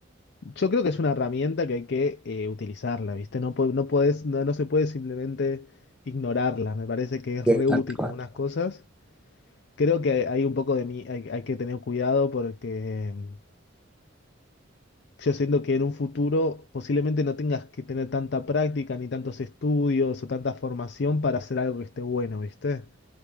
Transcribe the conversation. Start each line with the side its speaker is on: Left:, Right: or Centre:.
Left: yo creo que es una herramienta que hay que eh, utilizarla, ¿viste? No, po- no, podés- no, no se puede simplemente ignorarla. Me parece que es
Centre: Sí,
Left: re útil
Centre: tal cual.
Left: en algunas cosas Creo que hay un poco de mí, hay, hay que tener cuidado porque em, yo siento que en un futuro posiblemente no tengas que tener tanta práctica, ni tantos estudios o tanta formación para hacer algo que esté bueno, ¿viste?